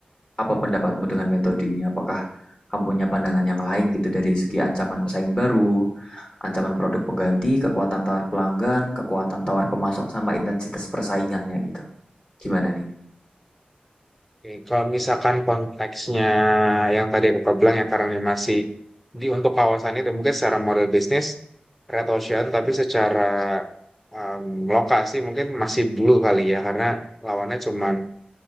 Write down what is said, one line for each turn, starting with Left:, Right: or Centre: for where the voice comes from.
Left: apa pendapatmu dengan metode ini? Apakah kamu punya pandangan yang lain gitu dari segi ancaman pesaing baru, ancaman produk pengganti, kekuatan tawar pelanggan, kekuatan tawar pemasok sama intensitas persaingannya gitu. Gimana nih?
Centre: Oke, kalau misalkan konteksnya yang tadi aku bilang ya karena ini masih di untuk kawasan itu mungkin secara model bisnis Red Ocean tapi secara em, lokasi mungkin masih blue kali ya karena lawannya cuman